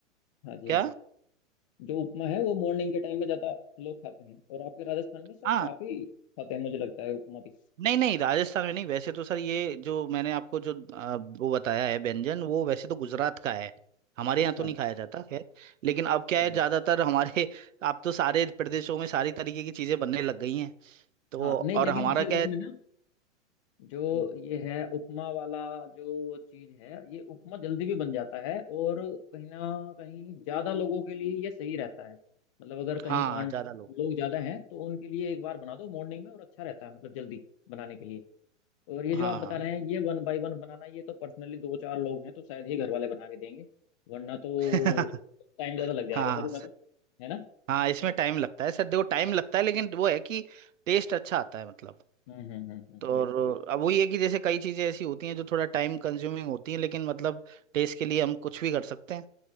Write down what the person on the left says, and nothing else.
हाँ जी
हाँ जी जो उपमा है वो मॉर्निंग के टाइम में ज्यादा लोग खाते हैं और आपके राजस्थान में सर
काफी खाते हैं मुझे लगता है उपमा भी
जी
अच्छा
हम्म।
हाँ नहीं
लेकिन
सर
इसमें
ना जो
ये है उपमा वाला जो चीज है ये उपमा जल्दी भी बन जाता है और कहीं ना कहीं ज्यादा लोगों के लिए ये सही रहता है मतलब अगर कहीं
क्वांट
लोग ज्यादा हैं तो उनके लिए एक बार बना दो मॉर्निंग में और अच्छा रहता है मतलब जल्दी बनाने के लिए और ये
जो आप बता रहे हैं ये वन बाय वन बनाना ये तो पर्सनली दो चार लोग हैं तो शायद ही घर वाले बना के देंगे वरना तो
टाइम ज्यादा लग जाएगा
सर इसमें तो है ना
हम्म हम्म हम्म हम्म
बिल्कुल
बिल्कुल